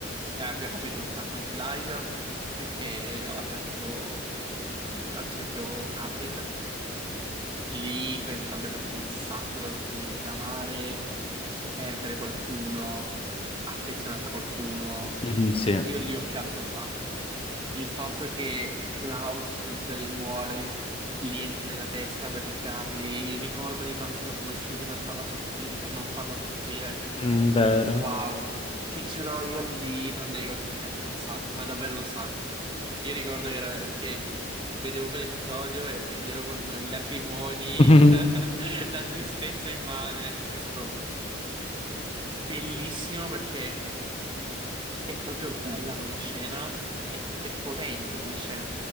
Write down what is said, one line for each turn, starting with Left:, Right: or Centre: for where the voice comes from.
Right: E abbia capito un sacco anche Elijah, perché aveva perso, eh, ad esempio, Katrin. Lì penso abbia capito un sacco cosa significa amare, perdere qualcuno affezionato a qualcuno,
Left: Mhm, sì,
Right: io lì ho pianto un sacco. Il fatto che Klaus, mentre lei muore, gli entra nella testa per ricrearli il ricordo di quando si sono conosciuti per farla soffri- per non farla soffrire.
Left: Mm, vero.
Right: Wow, ti giuro, io lì non nego che ho pianto un sacco, ma davvero un sacco. Io ricordo che, era- che vedevo quell'episodio e- ed ero con i lacrimoni,
Left: <laughs>
Right: il- <laughs> la tristezza immane. È stato. Bellissimo perché è proprio bella come scena, è, è potente come scena,